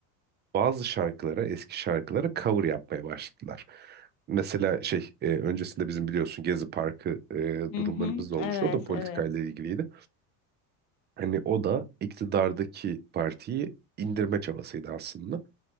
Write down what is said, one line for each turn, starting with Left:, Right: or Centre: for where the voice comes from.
Right: Bazı şarkılara, eski şarkılara cover yapmaya başladılar. Mesela şey e, öncesinde bizim biliyorsun Gezi Parkı e,
Left: Hı
Right: durumlarımız
Left: hı.
Right: da olmuştu.
Left: Evet,
Right: O da politikayla
Left: evet.
Right: ilgiliydi. Hani o da iktidardaki partiyi indirme çabasıydı aslında.